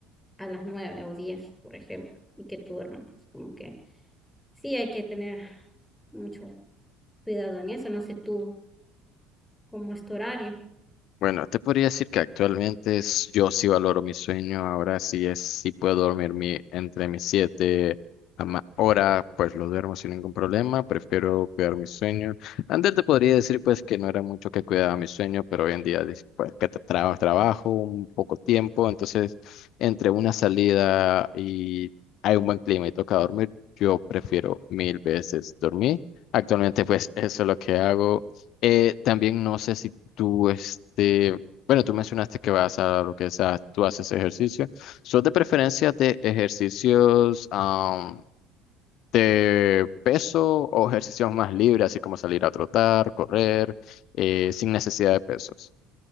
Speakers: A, in the centre; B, on the left.
A: a las 9 o 10 por ejemplo, y que tú duermas. Como que sí, hay que tener mucho cuidado en eso. No sé tú cómo es tu horario.
B: Bueno, te podría decir que actualmente es- yo sí valoro mi sueño, ahora sí es, sí puedo dormir mi- entre mis siete a ma- horas, pues lo duermo sin ningún problema, prefiero cuidar mi sueño. Antes te podría decir pues que no era mucho que cuidaba mi sueño, pero hoy en día dis- pues que tra- tra- trabajo un poco tiempo, entonces entre una salida y hay un buen clima y toca dormir, yo prefiero mil veces dormir. Actualmente pues eso es lo que hago. Eh, también no sé si Tú, este, bueno, tú mencionaste que vas a lo que es a- tú haces ejercicio. ¿Sos de preferencia de ejercicios am, de peso o ejercicios más libres, así como salir a trotar, correr, eh, sin necesidad de pesos?